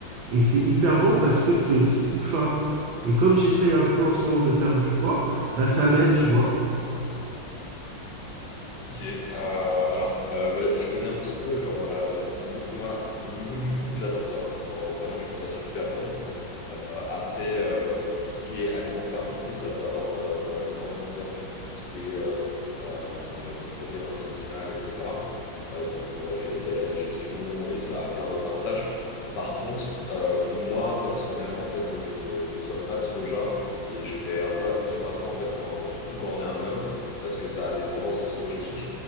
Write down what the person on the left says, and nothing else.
Ok, euh, alors euh, bah, je connais un petit peu genre la, la Smiso. Moi, au niveau du goût, j'adore ça. Genre euh, vraiment, je trouve ça super bon. Euh, après, euh, tout ce qui est aliments fermentés, ça peut avoir euh, énormément de vertus pour tout ce qui est euh, euh, microbiome intestinal, etc. Euh, donc pour aider à la digestion et ça a plein d'autres avantages. Par contre, euh, moi personnellement, en fait, je consomme pas de soja et je ferai un peu attention à ça, en fait, quand, surtout quand on est un homme, parce que ça a des tendances œstrogéniques